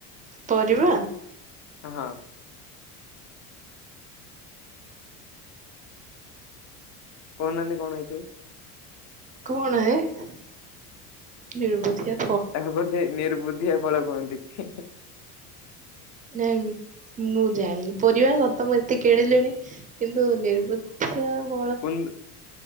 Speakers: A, on the right; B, on the left.
A: ପରିବା
B: ହଁ। କହୁନାହାନ୍ତି କଣ ହେଇଥିବ।
A: କଣ ହେ ନିର୍ବୁଦ୍ଧିଆ।
B: ତାକୁ କୁହନ୍ତି ନିର୍ବୁଦ୍ଧିଆ ଫଳ କୁହନ୍ତି ହିଁ ହିଁ।
A: ନାଇଁ ମୁଁ ଜାଣିନି ପରିବା ସତ ମୁଁ ଏତେ କିଣି ଲିଣି କିନ୍ତୁ ନିର୍ବୁ ଧିଆ ହଁ।
B: କୁନ୍ଦ